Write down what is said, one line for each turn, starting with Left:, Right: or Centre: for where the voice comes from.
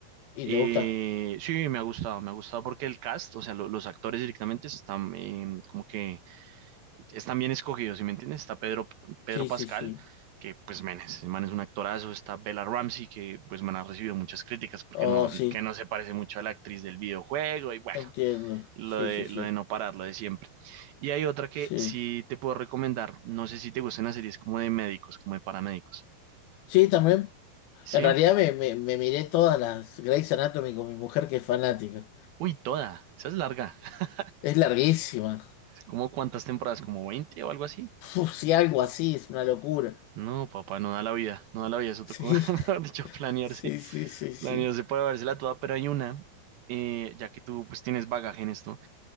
Left: ¿Y
Right: Eh,
Left: te gusta?
Right: sí, me ha gustado, me ha gustado porque el cast, o sea, lo- los actores directamente están eh, como que están bien escogidos, ¿sí me entiendes? Está Pedro, Pedro
Left: Sí,
Right: Pascal,
Left: sí, sí.
Right: que pues, men, ese man es un actorazo, está Bella Ramsey, que pues, man, ha recibido muchas críticas porque
Left: Oh,
Right: no,
Left: sí,
Right: que no se parece mucho a la actriz del videojuego y bueno.
Left: entiendo.
Right: Lo
Left: Sí,
Right: de,
Left: sí, sí.
Right: lo de no parar, lo de siempre. Y hay otra que
Left: Sí,
Right: sí te puedo recomendar. No sé si te gustan las series como de médicos, como de paramédicos.
Left: sí, también.
Right: ¿Sí?
Left: En realidad me, me, me miré todas las Grey's Anatomy con mi mujer que es fanática.
Right: Uy, toda. Esa es larga. <laughs>
Left: Es larguísima.
Right: ¿Cómo cuántas temporadas? ¿Como 20 o algo así?
Left: Uf, sí, algo así, es una locura.
Right: No, papá, no da la vida. No da la vida. Eso
Left: Sí,
Right: tocó, <laughs> mejor dicho,
Left: <laughs>
Right: planearse.
Left: sí, sí, sí, sí.
Right: Planearse para vérsela toda. Pero hay una, eh, ya que tú pues tienes bagaje en esto.